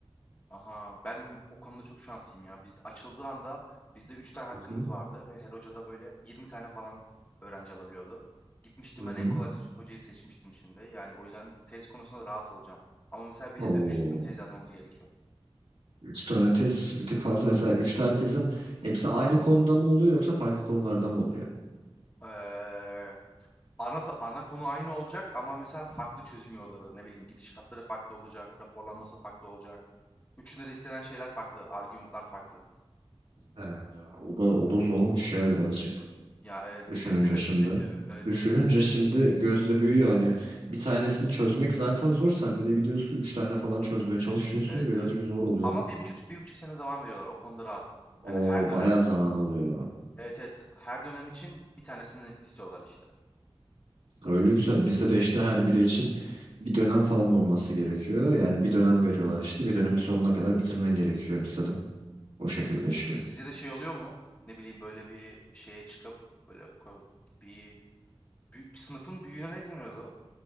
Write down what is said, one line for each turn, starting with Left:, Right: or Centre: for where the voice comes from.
Left: Aha ben o konuda çok şanslıyım ya. Biz açıldığı anda bizde 3 tane hakkımız
Right: Hı hı.
Left: vardı ve her hoca da böyle 20 tane falan öğrenci alabiliyordu. Gitmiştim
Right: Hı
Left: ben
Right: hı.
Left: en kolay so- hocayı seçmiştim şimdi. Yani o yüzden tez konusunda rahat olacağım. Ama mesela bizde
Right: Oo.
Left: de 3 tane tez yazmamız gerekiyor.
Right: Üç tane tez bir tık fazla. Mesela üç tane tezin hepsi aynı konuda mı oluyor yoksa farklı konularda mı oluyor?
Left: Ee, ana, ta- ana konu aynı olacak ama mesela farklı çözüm yolları ne bileyim gidişatları farklı olacak, raporlanması farklı olacak. Üçünde de istenen şeyler farklı, argümanlar farklı.
Right: Evet. o da, o da zormuş ya birazcık.
Left: Ya evet
Right: Düşününce
Left: <laughs>
Right: şimdi.
Left: bir tık gözü evet
Right: Düşününce
Left: evet.
Right: şimdi gözle büyüyor. Hani bir tanesini çözmek zaten zor. Sen bir de gidiyorsun üç tane falan çözmeye çalışıyorsun
Left: Evet
Right: ya birazcık
Left: evet.
Right: zor oluyor.
Left: Ama bir buçuk, bir buçuk sene zaman veriyorlar. O konuda rahat.
Right: O
Left: Yani her dönem
Right: bayağı zaman alıyor.
Left: evet evet her dönem için bir tanesini istiyorlar işte.
Right: Öyle güzel. Bizde de işte her biri için bir dönem falan olması gerekiyor. Yani bir dönem veriyorlar işte. Bir dönemin sonuna kadar bitirmen gerekiyor bizde de. O şekilde
Left: Hı hı.
Right: işliyor.
Left: Peki sizce de şey oluyor mu? Ne bileyim böyle bir şeye çıkıp böyle ko- bir büyük sınıfın büyüğüne ne deniyordu?